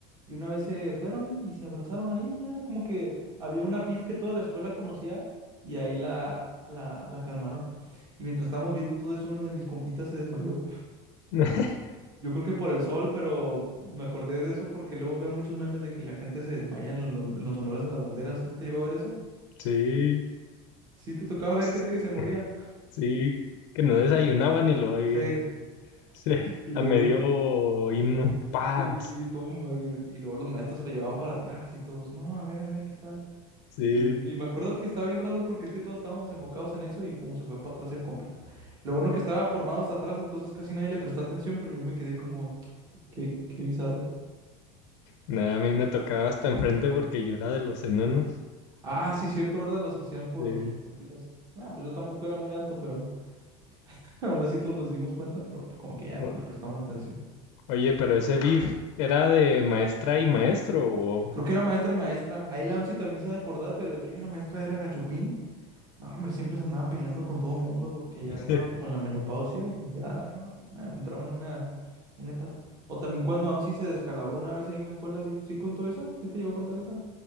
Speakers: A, on the right; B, on the left.
A: y una vez se fueron y se abrazaron ahí, ya, o sea, como que había una beef que toda la escuela conocía y ahí la, la, la calmaron. Y mientras estábamos viendo todo eso, uno de mis compitas se desmayó.
B: <laughs>
A: Yo creo que por el sol, pero me acordé de eso porque luego veo muchos memes de que la gente se desmaya en, lo- en los honores a las banderas. ¿No te llegó a ver eso?
B: sí,
A: Sí, te tocaba
B: pues,
A: ver gente que se moría.
B: sí, que no desayunaba ni lo había,
A: Sí,
B: <laughs> sí,
A: y luego
B: a medio
A: bien,
B: himno, paz,
A: Sí, toma, bien. y luego los maestros se lo llevaban para atrás y todos, no, a ver, a ver, ¿qué tal?
B: sí,
A: Y, y me acuerdo que estaba bien random porque es que todos estábamos enfocados en eso y pum, se fue para atrás el compita. Lo bueno que estaba formado hasta atrás, entonces casi nadie le prestó atención, pero yo me quedé como, qué, qué bizarro.
B: nada, a mí me tocaba hasta enfrente porque yo era de los enanos,
A: Ah, sí, cierto, ¿verdad? Los hacían por,
B: sí,
A: por filas. Ah, pues yo tampoco era muy alto, pero <laughs> aún así todos nos dimos cuenta, pero como que ya no
B: O-
A: le prestamos atención.
B: oye, pero ese beef, ¿era de maestra y maestro o...?
A: Creo que era maestra y maestra. Ahí Lamsi también sabe acordar, pero es que había una maestra, era Gachupín. No, hombre, siempre se andaba peleando con todo mundo porque
B: <laughs>
A: ya estaba como en la menopausia y ya no, na- entraba en una, una etapa. O también cuando AMSI se descalabró una vez ahí en la escuela, ¿sí, sí contó esa? ¿Sí te llegó a contar esa?